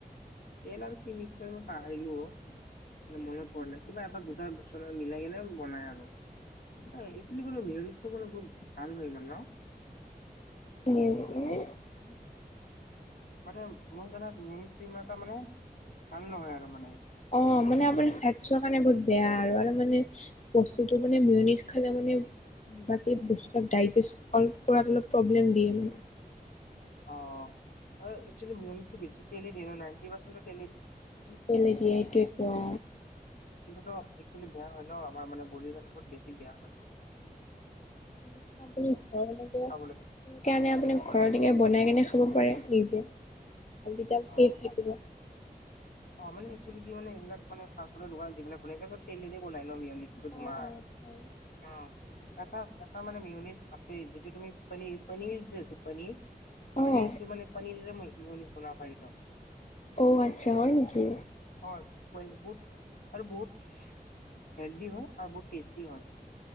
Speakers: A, on the left; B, on the left.
A: তেল আৰু কি মিক্সাৰ মই পাহৰিলো অ'। মানে মনত পৰা নাই, কিবা এটা গোটা বস্তুৰ এটাৰ লগত মিলাই কেনে বনাই আৰু। অই একচেলি বোলো মিয়নিজটো বোলো বহুত ভাল হয় ইমান ন'।
B: <unintelligible>
A: মানে মই জনাত মেয়নিজটো ইমান এটা মানে ভাল নহয় আৰু মানে।
B: অ', মানে আপোনাৰ ফেটছৰ কাৰণে বহুত বেয়া আৰু, আৰু মানে বচ স্তুটো মানে মেয়নিজ খালে মানে বাকী বস্তুবিলাক ডাইজেষ্ট অল-কৰাত অলপ প্ৰব্লেম দিয়ে মানে।
A: অ', আৰু একচুৱেলি মেয়নিজটো বেছি কেলেই দিয়ে জানা, এইট্টি পাৰ্চেণ্টত
B: পেলাই দিয়ে সেইটোৱেটো অ।
A: <unintelligible> একচেলি বেয়া হয় ন' আমাৰ মানে বডিৰ কাৰণে বহুত বেছি বেয়া হয়তো।
B: পু ঘে সেইকাৰণে
A: খাব লাগে
B: আপুনি ঘৰলৈকে বনাই কেনে নি ভালাম চছেফ
A: অ
B: থাকিব।
A: অ মানে কি মানে সবিলাকানে ফাফুৰ দোকান যিবিলাকিলাক তেলেৰে বনাই। মিয়-মিয়নিচটো
B: অ
A: তোমাৰ।
B: অ হয়।
A: অহ' এটা, এটা মানে মিয়নিচ। আছে যেটোয়া তুমি প পনীৰ যে আছে পনীৰ -
B: অ
A: পনীৰ তটোম মানে পীৰ ম খলা পত <unintelligible>
B: অ, আচ্ছা হয় নেকি?
A: হয়। <unintelligible> বুট আৰু বহুত। হেলডী হয় আৰু বহুত টেষ্টি হয়।